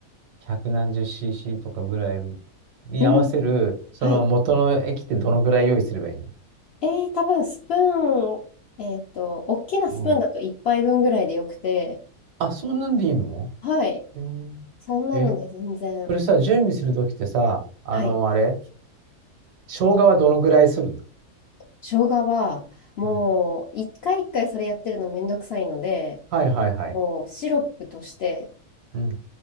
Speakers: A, on the right; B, on the left.
A: 百何十 cc とかぐらいに合わせる、
B: うん。
A: その元の液ってどのくらい用意すればいいの
B: はい。えー、多分スプーン、えっと、大きなスプーンだと1杯分ぐらいでよくて、
A: うん。あ、そんなんでいいの
B: はい。
A: うん。
B: そんなので全然。
A: え、これさ、準備するときってさ、あの、
B: はい。
A: あれ、生姜はどのくらいするの
B: 生姜は、もう、
A: うん
B: 一回一回それやってるのめんどくさいので、
A: はいはいはい。
B: もうシロップとして、
A: うん、